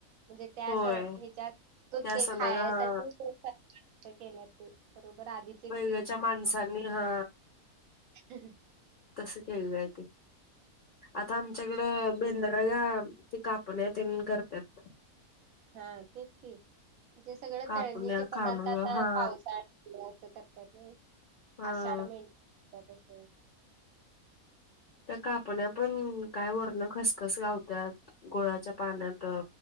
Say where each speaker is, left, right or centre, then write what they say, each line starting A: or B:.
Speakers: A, on the right; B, on the left.
A: म्हणजे त्या
B: होय
A: ह्याच्यात
B: त्या
A: ते
B: सणाला
A: खायासाठी
B: हा
A: तो सण केल्या ते बरोबर आधी
B: पहिलेच्या माणसांनी हा
A: <unintelligible>
B: तस केलेलं आहे ते आता आमच्याकड बेंद्रा ते कापण्या ते करतात
A: हा तेच की जे सगळं
B: कापण्या
A: तळणीचे
B: कानुया
A: पदार्थ आता
B: हा
A: पावसाळा असं करत्यात ना
B: हा
A: आषाढ महिन्यात करत्यात असं
B: त्या कापण्या पण काय वरण खसखस लावत्यात, गुळाच्या पाण्यात